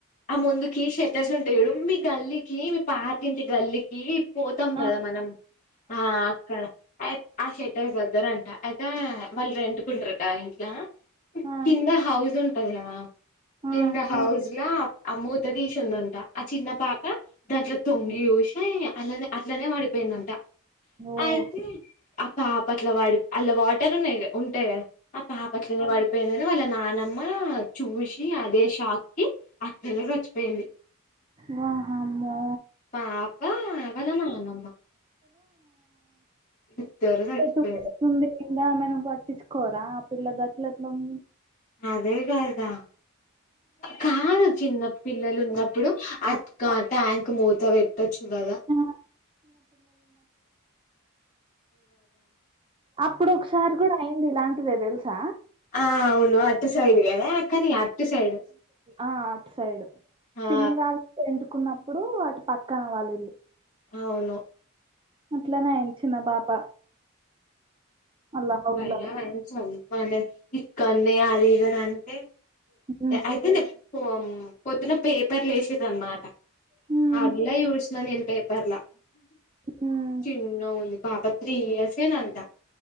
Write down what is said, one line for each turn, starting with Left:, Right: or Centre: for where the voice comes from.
Left: ఆ ముందుకి షెటర్స్ ఉంటాయడు మీ గల్లికి మీ పాతింటి గల్లికి పోతాం
Right: ఆ
Left: కదా మనం ఆ అక్కడ ఆ షేటర్ దగ్గర అంట అయితే వాళ్ళు రెంటుకుంటారట ఆ ఇంట్లా
Right: ఆ
Left: కింద హౌస్ హౌస్ ఉంటది కదా కింద
Right: ఆ
Left: హౌస్లా ఆ మూత తీసిందంట ఆ చిన్న పాప దాంట్లో తొంగి చూసి అనే అట్లనే వాడిపోయి పోయిందంట
Right: ఓకే
Left: అయితే ఆ పాప అట్ల వాడి అళ్లా వాటర్ ఉన్నాయి ఉంటాయి కదా ఆ పాపట్లనే పడిపోయిందని వాళ్ళ నానమ్మ చూసి అదే షాక్ కి అక్కడనే చచ్చిపోయింది
Right: వాహమ్మో
Left: పాప వాళ్ళ నానమ్మ ఇద్దరు చచ్చిపోయారు
Right: చ పంద మన పట్టించుకోరా ఆ పిల్ల గట్ల ఎట్ల ఉంది
Left: అదే కాదా కాదు చిన్న పిల్లలు ఉన్నప్పుడు అ
Right: ఆ
Left: ట్యాంక్ మూత పెట్ టచ్చు కాదా
Right: ఆ! అప్పుడు ఒకసారి కూడా అయింది ఇలాంటిదే తెలుసా
Left: ఆ అవును అట్ సైడ్ కదా కానీ అటు సైడ్
Right: ఆ అటు సైడ్
Left: ఆ
Right: పిన్నివాళ్లు రెంట్ కి ఉన్నపుడు ఇప్పుడు అటు పక్కన వాళ్ళ ఇల్లు
Left: అవును
Right: ఇట్లానేయ చినా పాప అలా హౌస్‌లో
Left: భయ్యా అ చల్మనే ఇక్కనే అది ఇది అంటే
Right: హ్మ్.
Left: అయితే నే పొద్దున పేపర్లు ఏసేయదాన్నామాట
Right: హ్మ్.
Left: అందుల చుసిన నేను పపర్లా
Right: హ్మ్.
Left: చిన్నగుంది పాప త్రి ఇయర్స్నంట